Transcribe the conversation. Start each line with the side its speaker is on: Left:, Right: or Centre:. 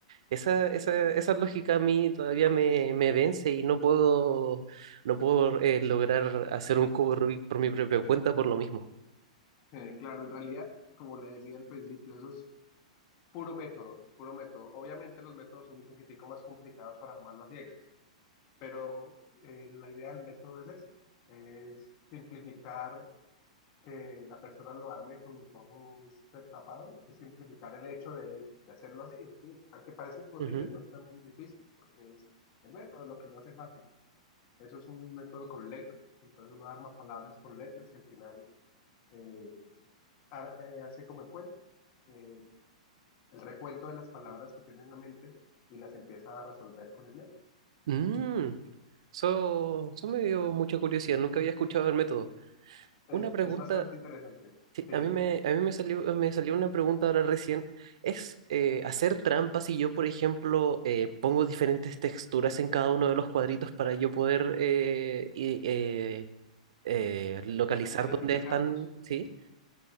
Right: Esa,
Left: sí,
Right: esa,
Left: sí, sí, <laughs> sí.
Right: esa lógica a mí todavía me, me vence y no puedo, no puedo eh, lograr hacer un cubo Rubik por mi propia cuenta por lo mismo.
Left: Eh, claro, en realidad, como le decía al principio, esos Puro método, puro método. Obviamente los métodos son un poquitico más complicados para armarlo a ciegas, pero eh, la idea del método es eso, es simplificar que la persona lo arme con los ojos tapados, es simplificar el hecho de, de hacerlo así. ¿sí? Aunque parece imposible,
Right: Ujú.
Left: no es tan difícil, porque es el método lo que lo hace fácil. Eso es un método con letras, entonces uno arma palabras con letras y al final eh, ar- eh, hace como el cuento. Eh, el recuento de las palabras que tiene en la mente y las empieza a resolver con el método.
Right: Mm, eso, eso me dio mucha curiosidad, nunca había escuchado el método.
Left: Es,
Right: Una pregunta,
Left: es bastante interesante
Right: Sí,
Left: eh,
Right: a mí me, a mí me salió, me salió una pregunta ahora recién. ¿Es eh, hacer trampas si yo, por ejemplo, eh, pongo diferentes texturas en cada uno de los cuadritos para yo poder eh, i- eh, eh, localizar
Left: como identificarlos.
Right: dónde están? ¿Sí?